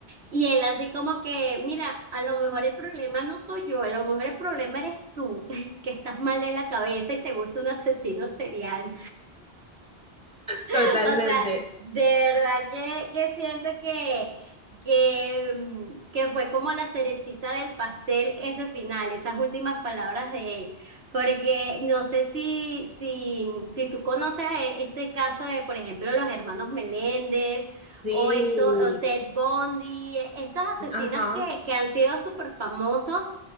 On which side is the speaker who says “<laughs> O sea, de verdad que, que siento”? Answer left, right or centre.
Right